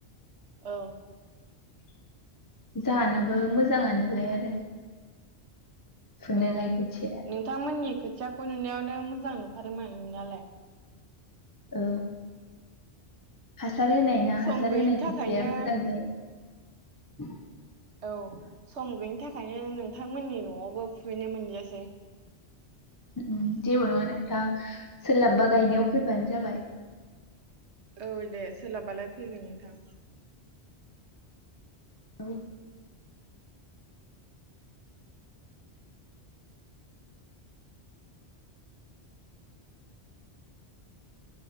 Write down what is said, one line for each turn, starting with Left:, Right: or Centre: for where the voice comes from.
Right: औ।
Left: <inaudible> जाहानाबो मोजाङानोलाय आरो। <inaudible> फुनोलाय
Right: औ
Left: खोथिया
Right: नोंथांमोननि खोथियाखौ नुनायावनो मोज जां नुखादोंमोन नुनायालाय।
Left: औ। <inaudible> हासार होनाय ना
Right: सम
Left: हासार
Right: गैयिनि
Left: होनाय
Right: थाखायनो
Left: खोथिया मोजां जायो।
Right: औ सम गैयिनि थाखायनो नोंथांमोननि न'आवबो फुहैनो मोनदियासै।
Left: <inaudible> जेबो नङा नोंथां सोलाबबा गायनायाव फैबानो जाबाय।
Right: औ दे सोलाबबालाय फैगोन नोंथां।
Left: औ।